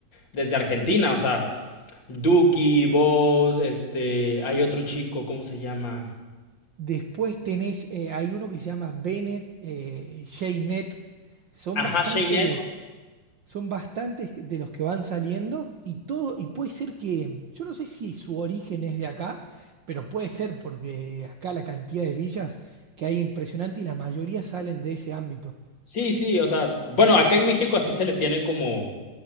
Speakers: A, on the left; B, on the right.
A: desde Argentina, o sea, Duki, vos, este, hay otro chico, ¿cómo se llama?
B: Después tenés, eh, hay uno que se llama Bennett, eh, Jaynet. Son
A: Ajá,
B: bastantes
A: Shaynet.
B: Son bastantes de los que van saliendo y todo, y puede ser que, yo no sé si su origen es de acá, pero puede ser porque acá la cantidad de villas que hay impresionante y la mayoría salen de ese ámbito.
A: Sí, sí, o sea, bueno, acá en México así se le tiene como,